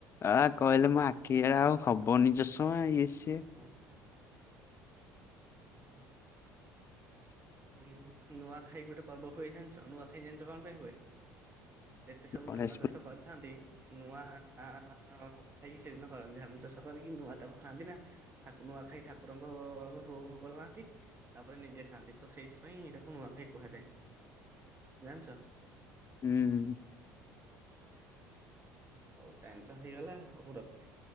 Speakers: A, on the left; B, on the right.
A: ଆ କହିଲେ ମୋ ଆଖିଡା ଆଉ ହବନି ଚଷମା ଇଏ ସିଏ।
B: ଉଁ ହୁଁ, ଉଁ ହୁଁ ହୁଁ ନୂଆଖାଇ ଗୋଟେ ପର୍ବ ହୁଏଇ ଜାଣିଛ। ନୂଆ ଖାଇ ଜାଣିଛ କଣ ପାଇଁ ହୁଏ? <inaudible> ଯେତେ ସବୁ
A: ଗଣେଶ
B: ଧାନ ଚାଷ
A: ପୂ-
B: କରିଥାନ୍ତି। ନୂଆ <unintelligible> ସେଦିନ କରନ୍ତି। ଧାନ ଚାଷ କରିକି ନୂଆ ତାକୁ ଖାଆନ୍ତି ନା। ଠାକୁର ନୂଆ ଖାଇ ଠାକୁରଙ୍କ ଭୋଗ ଲଗାନ୍ତି ତାପରେ ନିଜେ ଖାଆନ୍ତି। ତ ସେଇଥିପାଇଁ ଏଇଟାକୁ ନୂଆଖାଇ କୁହାଯାଏ ଜାଣିଛ?
A: ହୁଁ
B: ହଉ ଟାଇମ ତ ହେଇଗଲ। ହଉ ମୁଁ ରଖୁଛି।